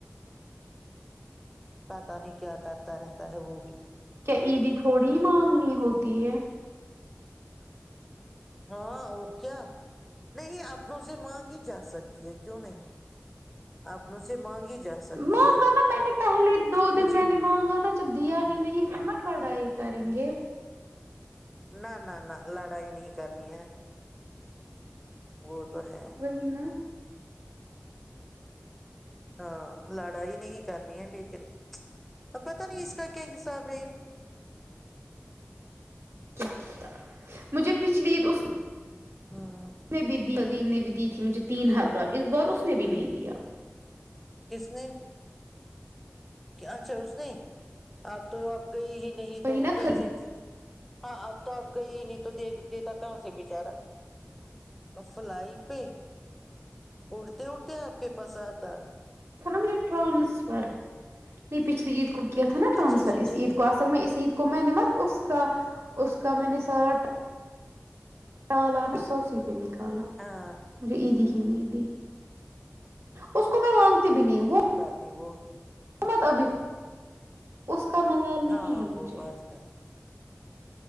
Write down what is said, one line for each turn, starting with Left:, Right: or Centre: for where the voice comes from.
Centre: پتا نہیں کیا کرتا رہ تا ہے وہ بھی
Right: ایید تھوڑی ہی مانگنی ہوتی ہے
Centre: ہاں اور کیا نہیں اپن سے مانگی جا سکتی ہے کیوں نہیں اپ سے مانگی جا سکتی
Right: مانگا
Centre: ہے
Right: نا میں نے پہلے دو
Centre: مجھے
Right: دن میں نے مانگا نا جب دیا ہی نہیں پھر مت لڑائی کر کرے گے
Centre: نہ نہ نہ لڑائی نہیں کرنی ہے وہ تو ہے
Right: وہہی نہ
Centre: ہاں لڑائی نہیں کرنی ہے لیکن ا پت نہیں اس کا کیا حساب ہے یہ
Right: کیا پتا مجھے پچھلی اس
Centre: ہاں
Right: اس نے بھییادیین نے بھی دی تھی مجھے تین ہزار اس بار اس نے بھی نہیں دیا
Centre: کس نے؟ اچھا اس نے آپ تو اب گئی ہی نہیں تو
Right: وہی نا
Centre: کیسے ہاں اب تو آپ گئی ہی نہیں تو دیکھ دیتا کہاں سے بچارا فلائنگ پہ اٹھتے اٹھتے آپ کے پاس آتا
Right: چمے ٹرانسفر <unintelligible> نہیں پچھلی عید کو <unintelligible> کیا تھا نا ٹرانسفر
Centre: اچھا اچھا
Right: اس
Centre: ٹھیک
Right: عید کو اصل میں اس عید کو میں نےمت اس کا اس <unintelligible> کمے سارا ٹ <unintelligible> الانا سوسیی <unintelligible> پہ نکالا
Centre: ہاں
Right: مجھے عیدی ہی میںیدی اس کو میں مانگتی بھی نہیں وہ <unintelligible>
Centre: ا وہ <unintelligible>
Right: ت ابھی اس کا ملال نہیں
Centre: ہاں
Right: ہے مجھے
Centre: وہ بات
Right: <unintelligible>
Centre: ہے